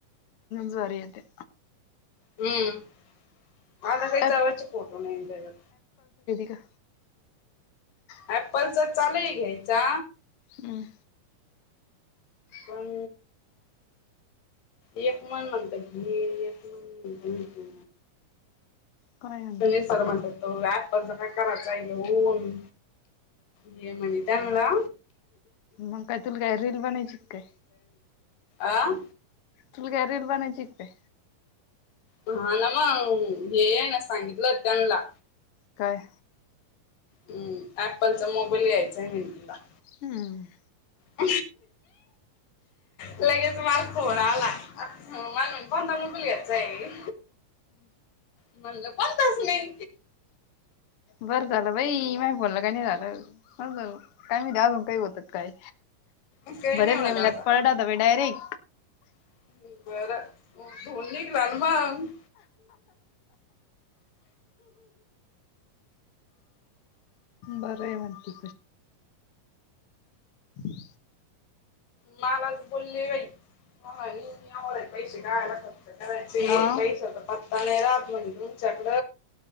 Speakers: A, on the left (about 60°); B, on the left (about 75°).
A: ज्वारी येतय
B: उम्म आता कायी
A: ॲप
B: जावायचे फोटू नई तेज्यात
A: त्यह
B: ॲपलचा चाललय घ्यायचा
A: उह
B: पण एक मन म्हणतय कि एक मन म्हणतय की
A: काय आणलं
B: सुजय सर म्हणताय अ ॲपलचा काय करायचं घेऊन घे म्हणे चांगला
A: मग काय तुला काय रील बनायची काय
B: आं
A: तुला काय रिल बनायची की काय
B: हा ना मंग हे ये ना सांगितलं त्यानला
A: काय
B: हम्म ॲपलचा चा मोबाईल घ्यायचाय <unintelligible>
A: हम्म
B: <inaudible> लगेच मला फोन आला म्हणुन कोणता मोबाईल घ्यायचा आहे म्हणलं कोणता सुनील?
A: बरं झालं बई मा बोल काही नाही झालं काय मी द्याग काही बतात काय
B: काही
A: भरेल
B: नाही म्हणत आता
A: कात पळला डायरेक्ट
B: <unintelligible> बरं धुर निगला ना मग
A: बरं आहे म्हणती <unintelligible>
B: मलाच बोलले बाई पैसे <unintelligible>
A: हा
B: पैसा पत्ता नाही. मंग तुमच्याकड